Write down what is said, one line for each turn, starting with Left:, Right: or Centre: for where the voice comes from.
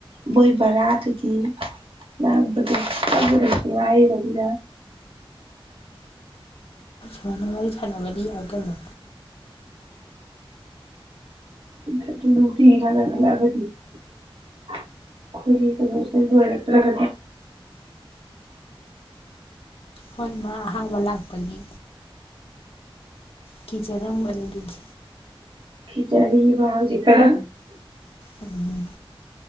Right: ꯃꯣꯏ ꯕꯔꯥꯗꯨꯗꯤ ꯉꯥꯡꯕꯗꯨ ꯆꯪꯁꯨ ꯉꯥꯏꯔꯕꯅꯤꯅ
Left: ꯁꯥꯃꯅ ꯋꯥꯔꯤ ꯁꯅꯕꯗꯤ ꯌꯥꯏ ꯀꯩꯅꯣ
Right: ꯑꯗꯨ ꯅꯨꯡꯇꯤ ꯀꯅ ꯈꯠꯂꯛꯑꯒꯗꯤ ꯑꯩꯈꯣꯏꯒꯤ ꯀꯩꯅꯣꯁꯤ ꯂꯣꯏꯔꯛꯇ꯭ꯔꯒꯗꯤ
Left: ꯍꯣꯏꯃ ꯍꯥꯏ ꯂꯥꯛꯄꯒꯤ ꯀꯤꯖꯔꯝꯕꯅꯤ ꯗꯨꯗꯤ
Right: ꯈꯈꯤ ꯆꯔꯤ ꯕ ꯆ ꯀꯗ
Left: ꯎꯝ